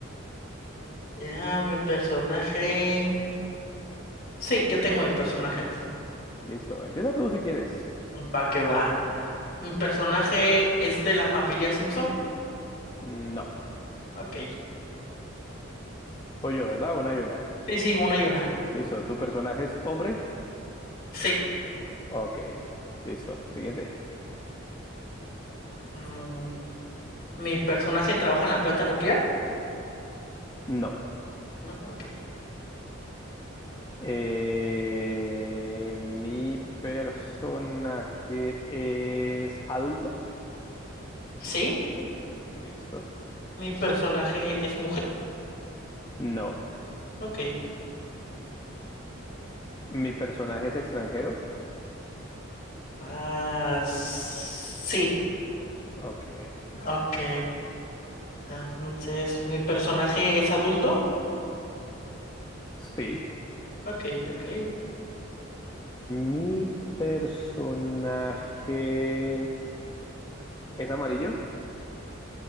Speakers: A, on the left; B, on the left.
A: Ya, mi personaje. Sí, ya tengo mi personaje.
B: Listo, empieza tú si quieres.
A: Va que va. Mi personaje es de la familia Simpson.
B: No,
A: Ok.
B: voy yo, ¿verdad? Una y una.
A: Sí, sí, una y una.
B: Listo, ¿tu personaje es hombre?
A: Sí.
B: Ok, listo. Siguiente.
A: Mm, mi personaje trabaja en la planta nuclear.
B: No.
A: No, ok.
B: Eh, mi personaje es adulto.
A: Sí.
B: Listo.
A: Mi personaje es mujer.
B: No.
A: Ok.
B: Mi personaje es extranjero.
A: Ah, sí.
B: Ok.
A: Ok. Entonces, mi personaje es adulto.
B: Sí.
A: Ok, ok.
B: Mi personaje es amarillo.